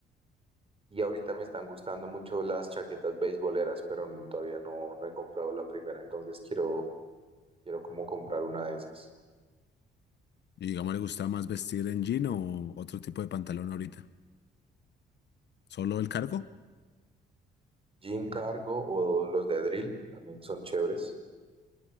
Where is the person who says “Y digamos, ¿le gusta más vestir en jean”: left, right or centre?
Left